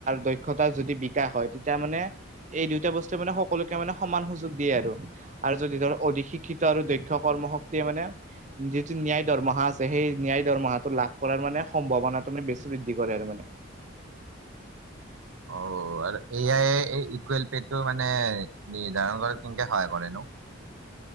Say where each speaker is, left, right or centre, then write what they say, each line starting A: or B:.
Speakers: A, on the right (about 35°); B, on the right (about 80°).
A: দক্ষতা যদি বিকাশ হয় তেতিয়া মানে। এই দুইটা বস্তুে মানে সকলোকে মানে সমান সুযোগ দিয়ে আৰু যদি ধৰক অধিক শিক্ষিত আৰু দক্ষ কৰ্ম শক্তি শক্তিয়ে মানে যিটো ন্যায় দৰমহা আছে সেই ন্যায় দৰমহাটো লাভ কৰাৰ মানে সম্ভাৱনাটো মানে বেছি বৃদ্ধি কৰে আৰু মানে
B: অ আৰু এ আই এই ইকুৱেল পেটো মানে নিৰ্ধাৰণ কৰা কেনেকে সহায় কৰে নো